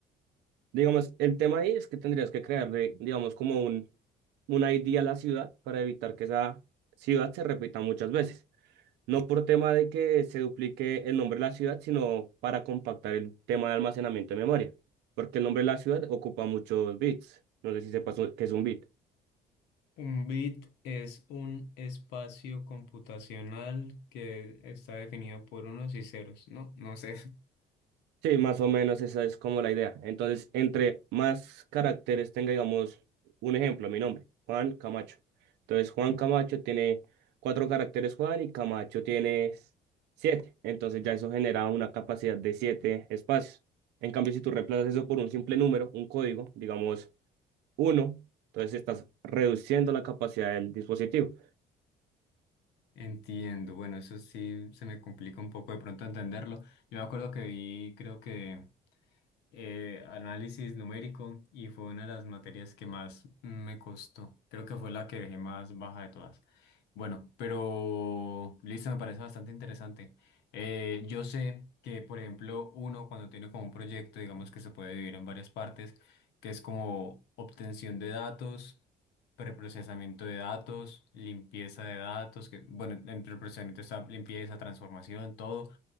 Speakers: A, on the right (about 85°); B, on the left (about 85°).
A: Digamos, el tema ahí es que tendrías que crearle, digamos, como un, un ID a la ciudad para evitar que esa ciudad se repita muchas veces. No por tema de que se duplique el nombre de la ciudad, sino para compactar el tema de almacenamiento de memoria, porque el nombre de la ciudad ocupa muchos bits. No sé si sepas lo que es un bit.
B: Un bit es un espacio computacional que está definido por unos y ceros, ¿no? No sé.
A: Sí, más o menos esa es como la idea. Entonces, entre más caracteres tenga, digamos, un ejemplo, mi nombre, Juan Camacho. Entonces, Juan Camacho tiene cuatro caracteres, Juan, y Camacho tiene siete. Entonces, ya eso genera una capacidad de siete espacios. En cambio, si tú reemplazas eso por un simple número, un código, digamos uno, entonces estás reduciendo la capacidad del dispositivo.
B: <laughs> Entiendo, bueno, eso sí se me complica un poco de pronto entenderlo. Yo me acuerdo que vi, creo que eh, análisis numérico y fue una de las materias que más me costó. Creo que fue la que dejé más baja de todas. Bueno, pero listo, me parece bastante interesante. Eh, yo sé que, por ejemplo, uno cuando tiene como un proyecto, digamos que se puede dividir en varias partes, que es como obtención de datos, preprocesamiento de datos, limpieza de datos, que, bueno, entre el procesamiento está limpieza, transformación, todo,